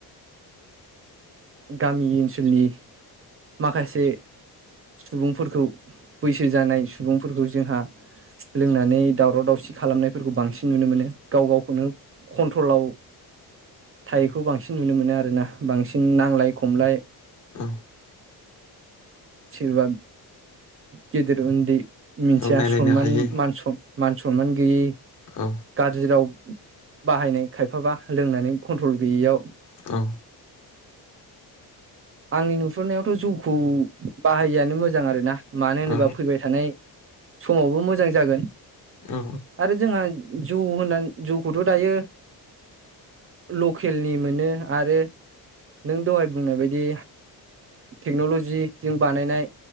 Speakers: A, on the right; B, on the left.
A: गामि ओनसोलनि माखासे सुबुंफोरखौ बैसो जानाय सुबुंफोरखौ जोंहा लोंनानै दावराव दावसि खालामनायफोरखौ बांसिन नुनो मोनो गाव गावखौनो कन्ट्रलाव थायोखौ बांसिन सिन नुनो मोन आरो आरोना बांसिन नांलाय खमलाय
B: औ
A: सोरबा गिदिर ओन्दै मिथिया
B: औ नायलायनो
A: सनमान
B: हायो
A: मान सन मान सनमान गैयै
B: औ
A: गाज्रि राव बाहायनाय खायफाबा लोंनानै कन्ट्रल गैयियाव
B: औ
A: आंनि नुहुरनायावथ जौखौ बाहायिआनो मोजां आरो ना। मानो होनोबा
B: औ
A: फैबाय थानाय समावबो मोजां जागोन।
B: औ
A: आरो जोंहा जौ होननानै जौखौथ दायो लकेलनि मोनो। आरो नों दहाय बुंनाय बायदि टेक्नलजिजों बानायनाय